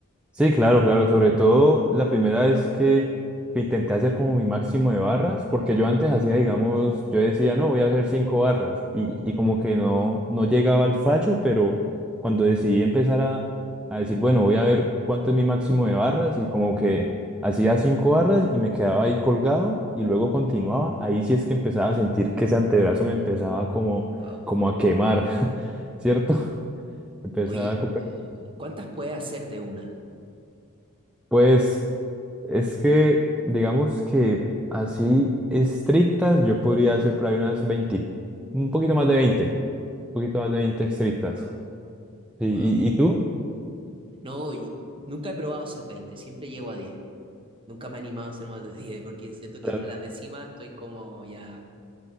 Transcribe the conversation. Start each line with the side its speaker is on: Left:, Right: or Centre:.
Centre: Sí, claro, claro. Sobre todo la primera vez que, que intenté hacer como mi máximo de barras, porque yo antes hacía, digamos, yo decía, no, voy a hacer cinco barras y, y como que no, no llegaba al fallo, pero cuando decidí empezar a, a decir, bueno, voy a ver cuánto es mi máximo de barras y como que hacía cinco barras y me quedaba ahí colgado y luego continuaba, ahí sí es que empezaba a sentir que ese antebrazo me empezaba como,
Right: Wow.
Centre: como a quemar, <laughs> ¿cierto? <laughs> Empezaba
Right: Oye,
Centre: a...
Right: ¿y cuántas puedes hacer de una?
Centre: Pues... Es que, digamos que así estrictas, yo podría hacer por ahí unas veinte un poquito más de veinte un poquito más de 20 estrictas.
Right: Wow,
Centre: Sí,
Right: wow.
Centre: ¿Y, y tú?
Right: No, y nunca he probado hacer 20, siempre llego a 10. Nunca me he animado a hacer más de 10 porque siento que
Centre: Claro.
Right: ya la décima estoy como ya.